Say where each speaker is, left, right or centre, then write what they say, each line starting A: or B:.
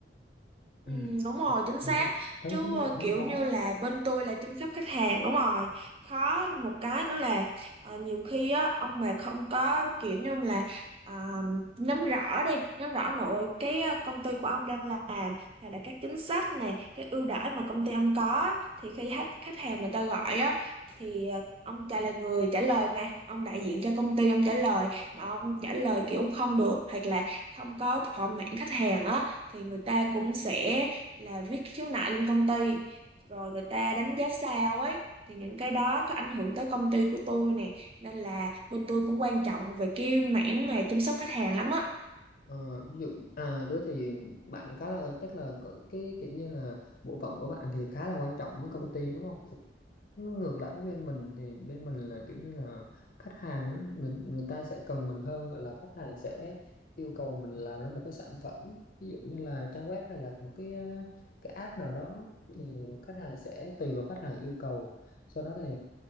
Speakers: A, on the right; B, on the left.
A: Ừ,
B: ừ.
A: đúng rồi chính
B: mình
A: xác
B: rất thấy
A: chứ
B: cái nó
A: ờ,
B: cũng
A: kiểu
B: khó
A: như là bên tôi là chăm sóc khách hàng đúng rồi khó một cái nữa là ờ, nhiều khi á ông mà không có kiểu như là ờ, nắm rõ đi nắm rõ nội cái ờ, công ty của ông đang làm hay là các chính sách này các ưu đãi mà công ty ông có thì khi khách khách hàng người ta gọi á thì ờ, ông trả là người trả lời mà ông đại diện cho công ty ông trả lời mà ông trả lời kiểu không được hoặc là không có thỏa mãn khách hàng á thì người ta cũng sẽ là viết khiếu nại lên công ty rồi người ta đánh giá sao ấy thì những cái đó có ảnh hưởng tới công ty của tôi nè nên là bên tôi cũng quan trọng về cái mảng mà chăm sóc khách hàng lắm á
B: Ờ, ví dụ à đó thì bạn khá là chắc là cỡ- cái kiểu như là bộ phận của bạn thì khá là quan trọng với công ty đúng không? ngược lại với bên mình thì bên mình là kiểu như là khách hàng nó- người, người ta sẽ cần mình hơn gọi là khách hàng sẽ yêu cầu mình làm ra một cái sản phẩm ví dụ như là trang web hay là một cái ờ, cái app nào đó thì khách hàng sẽ tùy vào khách hàng yêu cầu sau đó thì